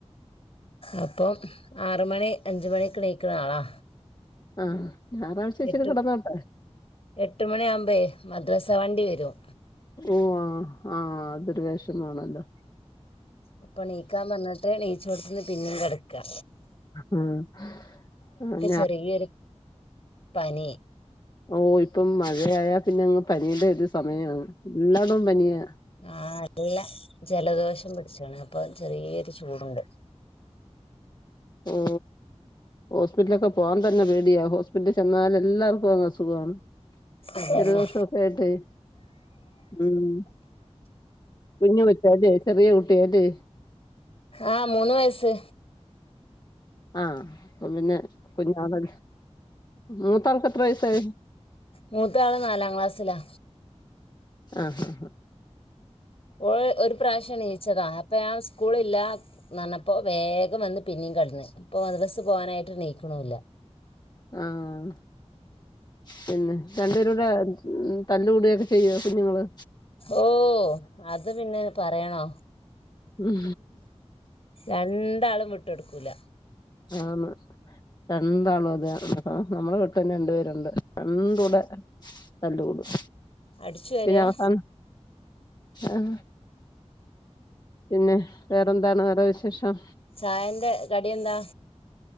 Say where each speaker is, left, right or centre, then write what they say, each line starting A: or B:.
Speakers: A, on the left; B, on the left.
A: അപ്പോ ആറ് മണി അഞ്ചുമണിക്ക് എണീക്കണ ആളാ
B: ആഹ് ഞായറാഴ്ച്ച ഇച്ചിരി
A: എട്ട്
B: കിടന്നോട്ടെ
A: എട്ട് മണിയാകുമ്പെ മദ്രസ വണ്ടി വരും
B: ഓ ആ ആഹ അതൊരു വെഷമാണല്ലോ
A: അപ്പൊ ണിക്കാൻ പറഞ്ഞിട്ട് നീച്ചോടുത്ത്ട്ട്പിന്നും കിടക്കാ
B: ഉം ആ ഞാ
A: ചെറിയൊരു പനി
B: ഓ ഇപ്പം മഴയായ പിന്നെ അങ്ങ് പനിയുടെ ഒരു സമയാണ് എല്ലാടോം പനിയാ
A: ആ നല്ല ജലദോഷം പിടിച്ണ് അപ്പൊ ചെറിയൊരു ചൂടുണ്ട്
B: ഓ ഹോസ്പിറ്റലൊക്കെ പോവാൻ തന്നെ പേടിയാ ഹോസ് ഹോസ്പിറ്റലിൽ ചെന്നാൽ എല്ലാർക്കും അ അസുഖമാണ്
A: അതന്നെ
B: ജലദോഷൊക്കെ ആയിട്ടേ ഉം കുഞ്ഞു കൊച്ചല്ലേ ചെറിയ കുട്ടിയല്ലേ
A: ആഹ മുന്നു വയസ്
B: ആ അപ്പൊ പിന്നെ കുഞ്ഞാണല്ലോ മൂത്താൾക്ക് എത്ര വയസ്സായി
A: മൂത്താള് നാലാം ക്ലാസ്സിലാ
B: ആഹ ആഹ ആ
A: ഓള് ഒരു പ്രാവശ്യം നീച്ചതാ അപ്പൊ ഞാൻ സ്കൂള് ഇല്ല നന്നപ്പോ വേഗം വന്ന് പിന്നേം കിടന്ന് ഇപ്പൊ മദരസ്സ് പോവാനായിട്ട് നീക്ക്‌ണുംല്ല
B: ആഹ പിന്നെ രണ്ട്പേരൂടെ ഉ തല്ലുകൂടയൊക്കെ ചെയ്യോ കുഞ്ഞുങ്ങള്
A: ഓ അത് പിന്നെ പറയണോ
B: ഉം
A: രണ്ടാളും വിട്ടൊടുക്കൂല
B: ആന്ന് രാണ്ടാളും അതെ ആഹ നമ്മടെ വീട്ടിലും രണ്ടു പേരുണ്ട് രണ്ടുടെ തല്ല് കൂടും
A: അടിച്ചു വാരാ
B: പിന്നെ അവസാനം ആഹ പിന്നെ വേറെന്താണ് വേറെ വിശേഷം
A: ചായന്റെ കടി എന്താ